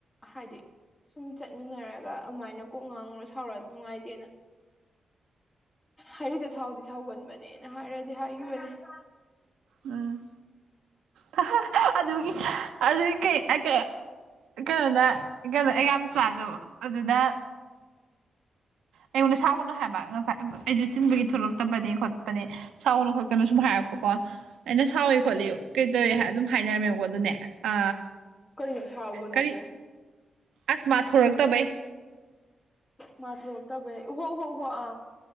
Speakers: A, on the left; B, on the right.
A: ꯍꯥꯏꯗꯤ ꯁꯨꯝ ꯆꯠꯃꯤꯟꯅꯔꯒ ꯑꯃꯥꯏꯅ ꯀꯣꯛ ꯉꯥꯡꯉꯨꯔ ꯁꯥꯎꯔꯛ ꯅꯨꯡꯉꯥꯏꯇꯦꯅ ꯍꯔꯤꯗ ꯁꯥꯎꯗꯤ ꯁꯥꯎꯒꯟꯕꯅꯦꯅ ꯍꯥꯏꯔꯗꯤ ꯍꯥꯏꯒꯤꯕꯅꯤ
B: ꯎꯝ ꯍꯥꯍꯥ ꯑꯗꯨꯒꯤ ꯑꯗꯨ ꯀꯩꯅꯣꯅ ꯀꯩꯅꯣ ꯑꯦꯌꯥꯝꯆꯥꯗꯣ ꯑꯗꯨꯗ꯫ ꯑꯩꯉꯣꯟꯗ ꯁꯥꯥꯎꯒꯅꯨ ꯍꯥꯏꯕ ꯉꯁꯥꯏ꯫ ꯑꯩꯗꯤ ꯆꯤꯟꯕꯒꯤ ꯊꯣꯛꯂꯛꯇꯕꯅꯤ ꯈꯣꯠꯄꯅꯦ ꯁꯥꯎꯒꯅꯨ ꯈꯣꯠꯀꯅ ꯁꯨꯝ ꯍꯥꯏꯔꯛꯄꯀꯣ ꯑꯩꯅ ꯁꯥꯎꯏ ꯈꯣꯠꯂꯤ꯫ ꯀꯩ ꯇꯧꯋꯦ ꯑꯗꯨꯝ ꯍꯥꯏꯅꯔꯝꯃꯦꯕꯀꯣ ꯑꯗꯨꯅꯦ ꯑ꯫
A: ꯀꯩꯅꯣ ꯁꯥꯎꯒꯅꯣꯕꯨ
B: ꯀꯔꯤ
A: ꯫
B: ꯑꯁ ꯃꯥ ꯊꯣꯔꯛꯇꯕꯩ꯫
A: ꯃꯥ ꯊꯣꯔꯛꯇꯕꯩ ꯍꯣ ꯍꯣ ꯍꯣ ꯑ꯫